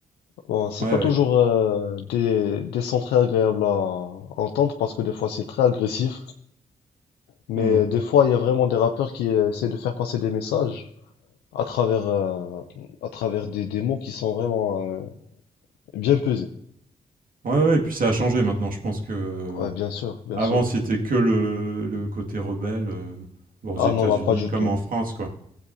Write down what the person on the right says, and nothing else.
Ouais,
ouais.
Hmm.
Ouais, ouais, et puis ça a changé maintenant. Je pense que
Avant,
c'était que le, le côté rebelle euh, bon, aux
États-Unis
comme
en France, quoi.